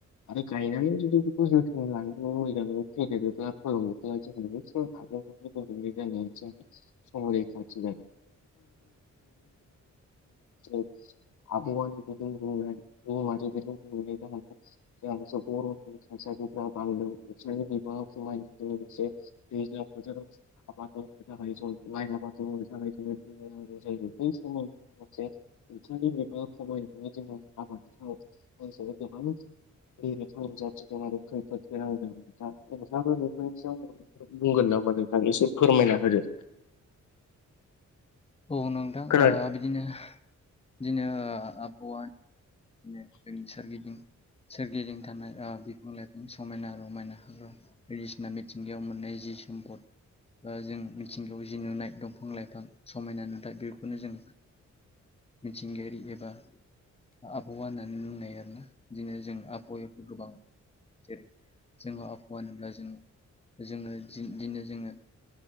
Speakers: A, on the left; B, on the left.
A: आरो गायनानै जुदि बेखौ जोथोन लायो मोजाङै फेदेरोब्ला फोलावोब्ला जों बेखौ <unintelligible> <unintelligible> संरैखाथिदों <unintelligible> <unintelligible> आबौ जिबायदि <unintelligible> <unintelligible> बांदों बिबांआ खमायनायजों लोगोसे दैज्लां बोथोराव आबाद मावनो थाखाय जों माइ आबाद मावनो थाखाय जोंनो दै नांगौ जायो। बै समाव जों मोनसे <unintelligible> मैगंआ खमायनानै जोङो आबाद गोबां मोन <unintelligible> नुजाथिदों आरो खैफोद गोनां नोंथां <unintelligible> बुंगोन नामा नोंथां एसे फोरमायना होदो।
B: औ नोंथां
A: खोना
B: ओ बिदिनो बिदिनो आबहावा बिदिनो जोंनि सोरगिदिं सोरगिदिं थानाय आ बिफां लाइफां समायना रमायना बायदिसिना मिथिंगायाव मोननाय जि सम्पद बा जों मिथिंगायाव जि नुनाय दंफां लाइफां समायना नुथाय बेखौनो जों मिथिंगायारि एबा आबहावा होननानै नुनाय आरोना बिदिनो जों आबहावायाथ' गोबां जेरै जोङो आबहावा होनोब्ला जों जोङो इदिनो जोङो